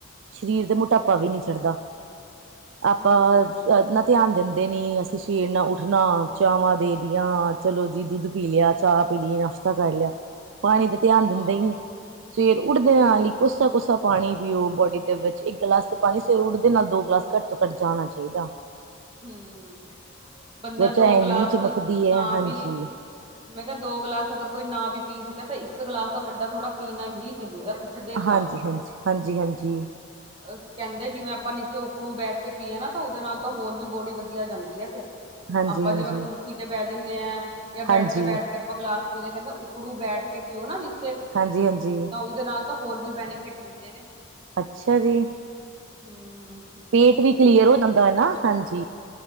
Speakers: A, on the right; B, on the right.
A: ਸਰੀਰ ਤੇ ਮੋਟਾਪਾ ਵੀ ਨਹੀਂ ਚੜਦਾ ਆਪਾਂ
B: ਹਮ
A: ਨਾ ਧਿਆਨ ਦਿੰਦੇ ਨੀ ਅਸੀਂ ਸਵੇਰ ਨਾਲ ਉ ਉੱਠਣਾ ਚਾਵਾਂ ਦੇ ਦੀਆਂ ਚਲੋ ਜੀ ਦੁੱਧ ਪੀ ਲਿਆ ਚਾਹ ਪੀ ਲਈ ਨਾਸ਼ਤਾ ਕਰ ਲਿਆ। ਪਾਣੀ ਦਾ ਧਿਆਨ ਦਿੰਦੇ
B: ਹਾਂ
A: ਹੀ ਨੀ ਸਵੇਰ ਉੱਡਦੇ
B: ਨਹੀਂ
A: ਨਾਲ ਹੀ ਕੋੱਸਾ- ਕੋੱਸਾ ਪਾਣੀ ਪੀਓ ਬੋਡੀ ਦੇ ਵਿੱਚ ਇੱਕ ਗਲਾਸ ਤੇ ਪਾਣੀ ਸਵੇਰ ਉੱਠਦੇ ਨਾਲ ਦੋ ਗਲਾਸ ਘੱਟ ਤੋਂ ਘੱਟ ਜਾਣਾ ਚਾਹੀਦਾ
B: ਹਮ ਬੰਦਾ
A: ਤਵਚਾ
B: ਦੋ
A: ਇੰਨੀ
B: ਗਲਾਸ
A: ਚਮਕਦੀ
B: ਨਾ
A: ਹੈ ਹਾਂਜੀ
B: ਵੀ ਮੈਂ ਕਿਹਾ ਦੋ ਗਲਾਸ ਅਗਰ ਕੋਈ ਨਾ ਵੀ ਪੀ ਸਕੇ ਤਾਂ ਇੱਕ ਗਲਾਸ ਦਾ ਵੱਡਾ ਥੋੜ੍ਹਾ ਪੀਣਾ ਹੀ ਚਾਹੀਦਾ ਉੱਠਦੇ
A: ਹਾਂਜੀ- ਹਂਜੀ- ਹਂਜੀ-ਹਂਜੀ।
B: ਅ ਕਹਿੰਦੇ, ਜਿਵੇਂ ਆਪਾਂ ਨੀਚੇ ਉਪੜੂ ਬੈਠ ਕੇ ਪੀਯਾ ਨਾ ਤੋ ਉਹਦੇ ਨਾਲ ਤਾਂ ਹੋਰ ਵੀ ਬੋਡੀ ਵਧੀਆ ਜਾਂਦੀ ਹੈ, ਫਿਰ।
A: ਹਾਂਜੀ
B: ਆਪਾਂ
A: ਹਾਂਜੀ
B: ਜਿਵੇਂ ਕੁਰਸੀ ਤੇ ਬਹਿ ਜਾਂਦੇ ਹਾਂ, ਜਾਂ
A: ਹਾਂਜੀ
B: ਬੈੱਡ ਤੇ ਬੈਠ ਕੇ ਅਪਾਂ ਗਲਾਸ ਪੀਦੇ ਕਹਿੰਦੇ ਉੱਕੜੂ ਬੈਠ ਕੇ ਪੀਓ ਨਾ ਨੀਚੇ,
A: ਹਾਂਜੀ ਹਾਂਜੀ
B: ਤਾਂ ਉਹਦੇ ਨਾਲ ਤਾਂ ਹੋਰ ਵੀ ਬੈਨੀਫਿਟ ਮਿਲਦੇ ਨੇ।
A: ਅੱਛਾ ਜੀ,
B: ਹਮ
A: ਪੇਟ ਵੀ ਕਲੀਅਰ ਹੋ ਜਾਂਦਾ ਹੈ ਨਾ, ਹਾਂਜੀ।